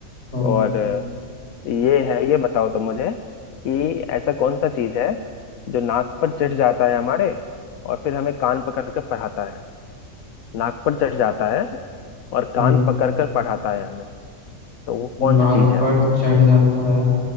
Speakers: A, on the left (about 55°); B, on the left (about 75°).
A: हम्म
B: और अ, ये है ये बताओ तुम मुझे कि ऐसा कौन सा चीज है जो नाक पर चढ़ जाता है हमारे और फिर हमें कान पकड़ कर पढ़ाता है नाक पर चढ़ जाता है और
A: हम्म
B: कान पकड़ कर पढ़ाता है हमें तो वो
A: नाक
B: कौन सी चीज है
A: पर चढ़ जाता है